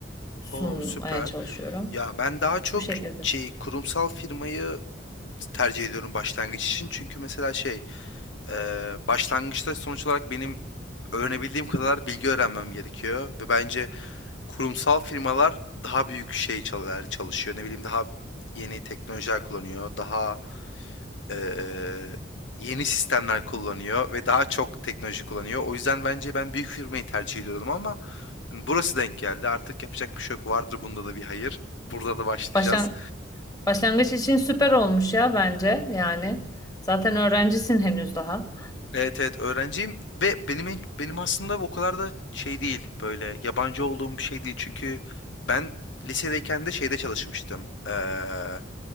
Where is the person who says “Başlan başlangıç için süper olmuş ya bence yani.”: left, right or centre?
Left